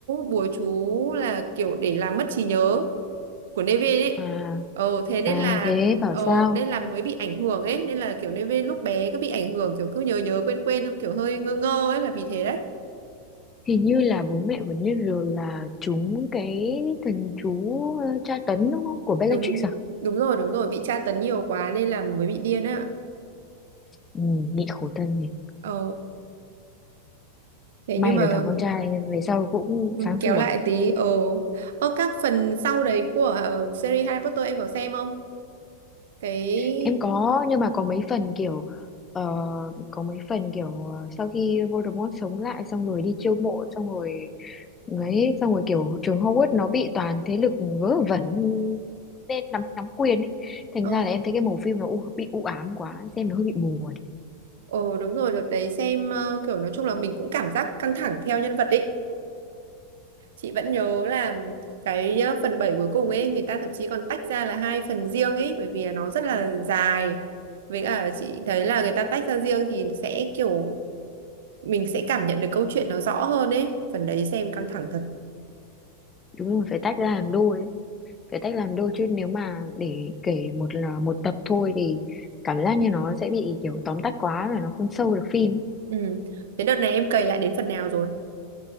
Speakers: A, on the right; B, on the left.
A: bùa chú là kiểu để làm mất trí nhớ của Nevin ấy.
B: à,
A: Ồ, thế nên
B: à
A: là
B: thế bảo
A: Ồ,
B: sao
A: nên là mới bị ảnh hưởng ấy Nên là kiểu Nevin lúc bé cứ bị ảnh hưởng Kiểu cứ nhớ nhớ quên quên không Kiểu hơi ngơ ngơ ấy là vì thế đấy
B: hình như là bố mẹ của Neville là trúng cái thần chú ờ, tra tấn đúng không của Bellatrix
A: đúng
B: à
A: đúng rồi đúng rồi bị tra tấn nhiều quá nên là mới bị điên á
B: ừ, nhịn khổ thân nhỉ
A: ờ thế
B: may
A: nhưng mà
B: được thằng con trai về sau cũng
A: ừ,
B: sáng
A: kéo
B: sủa
A: lại tí ờ ờ các phần sau đấy của ờ, series Harry Potter em có xem không cái
B: Em có nhưng mà có mấy phần kiểu ờ, có mấy phần kiểu ờ, sau khi Voldemort sống lại xong rồi đi chiêu mộ xong rồi ấy xong rồi kiểu trường Hogwarts nó bị toàn thế lực vớ vẩn nên nắm nắm quyền ấy. Thành
A: ờ
B: ra là em thấy cái màu phim nó u, bị u ám quá, xem nó hơi bị buồn.
A: ờ đúng rồi đợt đấy xem ờ, kiểu nói chung là mình cũng cảm giác căng thẳng theo nhân vật ấy chị vẫn nhớ là cái ờ, phần 7 cuối cùng ấy người ta thậm chí còn tách ra là hai phần riêng ấy bởi vì là nó rất là dài với cả chị thấy là người ta tách ra riêng thì sẽ kiểu mình sẽ cảm nhận được câu chuyện nó rõ hơn ấy phần đấy xem căng thẳng thật
B: Đúng rồi, phải tách ra làm đôi ấy. Phải tách làm đôi chứ nếu mà để kể một là một tập thôi thì cảm giác như nó sẽ bị kiểu tóm tắt quá là nó không sâu được phim.
A: ừ. thế đợt này em cày lại đến phần nào rồi